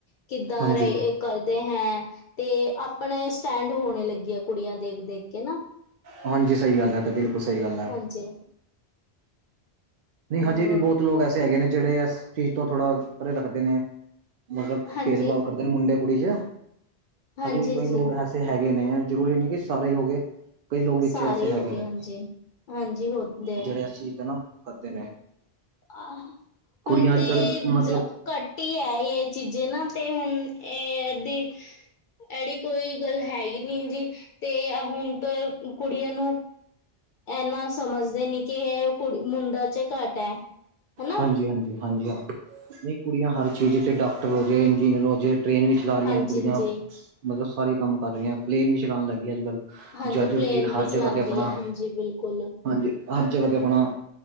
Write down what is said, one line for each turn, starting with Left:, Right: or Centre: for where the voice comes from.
Left: ਕਿੱਦਾਂ
Right: ਹਾਂਜੀ,
Left: ਰਹੇ ਇਹ ਕਰਦੇ ਹੈ। ਤੇ ਅਪਣੇ ਸਟੈਂਡ ਹੋਣੇ ਲੱਗੀਆਂ ਕੁੜੀਆਂ ਦੇਖ ਦੇਖ ਕੇ ਨਾ।
Right: ਹਾਂਜੀ। ਸਹੀ ਗੱਲ ਹੈ ਤਾਂ ਬਿਲਕੁਲ ਸਹੀ ਗੱਲ ਹੈ।
Left: ਹਾਂਜੀ
Right: ਨਹੀਂ
Left: ਹੋਰ
Right: ਹਜੇ ਵੀ ਬਹੁਤ ਲੋਕ ਐਸੇ ਹੈਗੇ ਨੇ ਜਿਹੜੇ ਇਸ ਚੀਜ਼ ਤੋਂ ਥੋੜਾ ਪਰੇ ਰੱਖਦੇ ਨੇ। ਮਤਲਬ
Left: ਹਾਂਜੀ
Right: ਭੇਦਭਾਵ ਕਰਦੇ ਨੇ ਮੁੰਡੇ ਕੁੜੀ ਚ,
Left: ਹਾਂਜੀ
Right: ਹਜੇ ਵੀ ਕੋਈ ਲੋਕ
Left: ਜੀ
Right: ਏਸੇ। ਹੈਗੇ ਨੇ ਜ਼ਰੂਰੀ ਨ ਕਿ ਸਾਰੇ ਹੀ ਹੋ ਗਏ। ਕਈ ਲੋਕ ਵਿੱਚ
Left: ਸਾਰੇ
Right: ਐਸੇ ਹੈਗੇ
Left: ਹੋ ਗਏ
Right: ਨੇ,
Left: ਹਾਂਜੀ ਹਾਂਜੀ ਹੁੰਦੇ
Right: ਜਿਹੜੇ ਐ ਚੀਜ਼ ਤਾਂ ਨਾ ਕਰਦੇ ਨੇ।
Left: ਆਹ
Right: ਕੁੜੀਆਂ
Left: ਹੁਣ ਤੇ
Right: ਅੱਜ ਕੱਲ੍ਹ ਮਤਲਬ
Left: ਜਾ। ਘੱਟ ਹੀ ਹੈ, ਇਹ ਚੀਜ਼ ਨਾ ਤੇ ਹੁਣ ਇਹ ਦੀ। ਇਹੜੀ ਕੋਈ ਗੱਲ ਹੈ ਹੀ ਨਹੀ ਜੀ ਤੇ ਹੁਣ ਤਾਂ ਕੁੜੀਆਂ ਨੂੰ। ਇਨਾ ਸਮਝਦੇ ਨੀ ਕਿ ਇਹ ਕੁੜੀ ਮੁੰਡਾ ਚ ਘੱਟ ਹੈ ਨਾ।
Right: ਹਾਂਜੀ ਹਾਂਜੀ ਹਾਂਜੀ ਹਾਂ ਨਹੀਂ ਕੁੜੀਆਂ ਹਰ ਚੀਜ਼ ਚੇ ਡਾਕਟਰ ਹੋ ਜੈ, ਇੰਜੀਨੀਅਰ ਹੋ ਜੈ, ਟ੍ਰੇਨ ਵਿੱਚ। ਚਲਾ ਰਹੀਆਂ
Left: ਹਾਂਜੀ
Right: ਕੁੜੀਆਂ
Left: ਹਾਂਜੀ
Right: ਮਤਲਬ ਸਾਰੇ ਕੰਮ ਕਰ ਰਹੀਆਂ ਪਲੇਨ ਵੀ ਚਲਾਉਣ ਲੱਗ ਗਈਆਂ ਅੱਜ ਕੱਲ੍ਹ।
Left: ਹਾਂਜੀ
Right: ਜੱਜ ਵਕੀਲ
Left: ਪਲੇਨ
Right: ਹਰ
Left: ਵੀ ਚਲਾਉਂਦੀ
Right: ਜਗ੍ਹਾ ਤੇ ਅਪਣਾ
Left: ਹੈ ਹਾਂਜੀ ਬਿਲਕੁਲ
Right: ਹਾਂਜੀ ਹਰ ਜਗ੍ਹਾ ਤੇ ਅਪਣਾ।